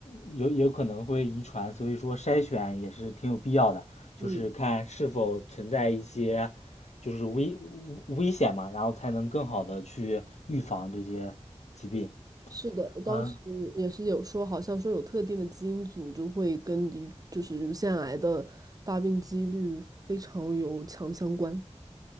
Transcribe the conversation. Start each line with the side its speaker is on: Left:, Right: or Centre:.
Left: 有有可能会遗传，所以说筛选也是挺有必要的，就是看是否存在一些就是危危险嘛，
Right: 嗯。
Left: 然后才能更好的去预防这些疾病。
Right: 是的，我当时也是有说，
Left: 嗯，
Right: 好像说有特定的基因组就会跟乳就是乳腺癌的发病几率非常有强相关。